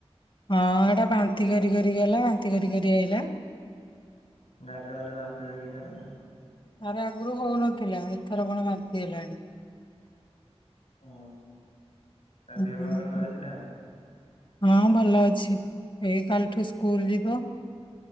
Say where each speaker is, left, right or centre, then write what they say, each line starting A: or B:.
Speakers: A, on the left; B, on the left.
A: ହଁ ଏଟା ବାନ୍ତି କରି କରି ଗଲା ବାନ୍ତି କରି କରି ଆଇଲା
B: ଗାଡି ରେ ଗଲେ ବାନ୍ତି ହୁଏ କି ତାର
A: ଆରେ ଆଗରୁ ହଉନଥିଲା ଏଥର କଣ ବାନ୍ତି ହେଲାଣି
B: ଓ ହୋ ତା
A: ହୁଁ
B: ଦେହ ବା ଭଲ ଅଛି ନା
A: ହଁ ଭଲ ଅଛି ଏଇ କାଲିଠୁ ସ୍କୁଲ ଯିବ